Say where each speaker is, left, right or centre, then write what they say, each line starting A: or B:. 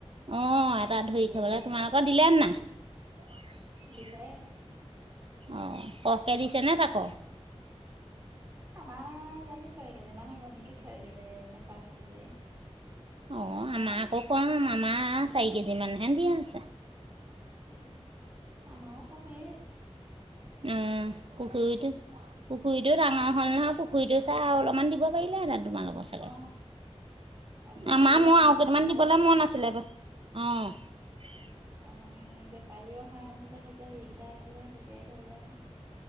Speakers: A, on the right; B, on the right.
A: অ এটা ধৰি
B: বৰশী
A: খাবলৈ
B: টোপাই
A: তোমালোকৰ
B: টোপাই
A: দিলে নাই
B: দিলে
A: অ কমকে দিছে নে তাক
B: আমাৰ জানো ছয় কেজি মান হ'ব নেকি ছয় কেজি নে পাঁচ কেজি
A: অ
B: কম।
A: আমাক আকৌ কম আমাৰ চাৰি কেজি মানহে দিয়া আছে
B: উম আমাৰও কমেই
A: উম পুখুৰী টো পুখুৰীতো ডাঙৰ হ'ল নহয় পুখুৰীতটো চাই আৰু অলপমান দিব পাৰিলোহেতেন তোমাৰ লগৰ চাগে
B: অ, বেপাৰীয়ে
A: আমাৰ মই আৰু
B: যিকেইটা
A: কেইটামান দিবলৈ
B: আহিছিলে
A: মন আছিলে অহ
B: অহ এই বেপাৰীও অহা নাছিলে তেতিয়া যিকেইটা আহলে তেতিয়াই আহিলে অহ